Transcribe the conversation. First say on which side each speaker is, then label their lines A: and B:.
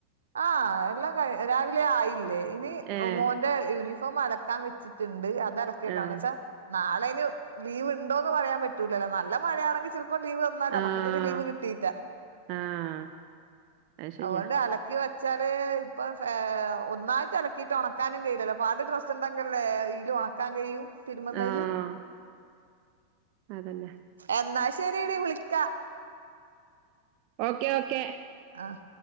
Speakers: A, on the right (about 70°); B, on the right (about 45°).
A: ആഹ് എല്ലാം ക രാവിലെ ആയില്ലേ ഇനി
B: ഏഹ്
A: മോന്റെ യൂണിഫോം അലക്കാൻ വെച്ച് ണ്ട് അതെർക്കി വെക്കണം
B: ആഹ്
A: എന്താച്ചാ നാളെ അയിന് ലീവ് ഇണ്ടോ എന്ന് പറയാൻ പറ്റൂലല്ലോ നല്ല മഴയാണെങ്കിൽ ചെലപ്പോ ലീവ് ന്നാ നമ്മക്ക്
B: ആഹ്
A: ഇതു വരേം ലീവ് കിട്ടീറ്റാ
B: ആഹ് അത് ശരിയാ.
A: അതൊണ്ട് അല വെച്ചാല് ഇപ്പ ഒന്നായിട്ട് അ ലക്കിയിട്ട് ഉണക്കാനും കയിയി ല്ല പാട് ഡ്രസ്സ്‌ <unintelligible> ഇതില് ഒണക്കാൻ കഴിയും തിരുമ്പുന്നതില്
B: ആഹ് അതന്നെ
A: എന്നാ ശരിടി വിളിക്കാ
B: ഓക്കെ ഓക്കെ
A: ആഹ്